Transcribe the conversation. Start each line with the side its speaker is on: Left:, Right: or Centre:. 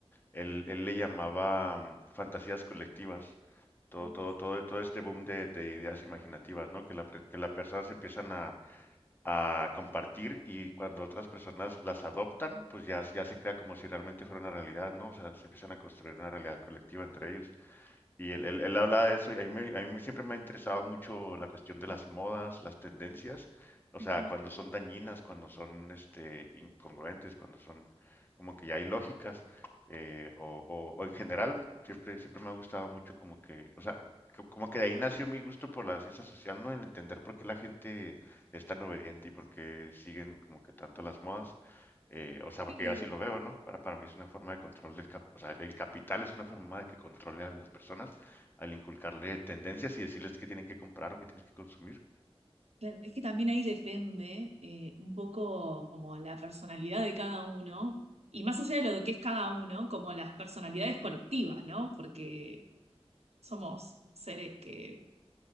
Left: él, él le llamaba mm, fantasías colectivas. Todo,
Right: Tantas.
Left: todo, todo, todo este boom de, de ideas imaginativas, ¿no? Que la, pre- que las personas empiezan a, a compartir y cuando otras personas las adoptan, pues ya, ya se crea como si realmente fuera una realidad, ¿no? O sea, se empiezan a construir una realidad colectiva entre ellos. Y él, él, él hablaba de eso y a mí, me- a mí siempre me ha interesado mucho la cuestión de las modas, las tendencias, o
Right: Ujú.
Left: sea, cuando son dañinas, cuando son este, incongruentes, cuando son como que ya ilógicas, eh, o, o- o en general, siempre, siempre me ha gustado mucho como que, o sea, co- como que de ahí nació mi gusto por la ciencia social, ¿no? El entender por qué la gente es tan obediente y por qué siguen como que tanto las modas. Eh, o sea, porque
Right: Y,
Left: yo así lo veo, ¿no? Para, para mí es una forma de control del cap- o sea, el capital es una forma de que controle a las personas al inculcarle tendencias y decirles qué tienen que comprar o qué tienen que consumir.
Right: claro, es que también ahí depende eh, un poco como la personalidad de cada uno, y más allá de lo que es cada uno, como las personalidades colectivas, ¿no? Porque somos seres que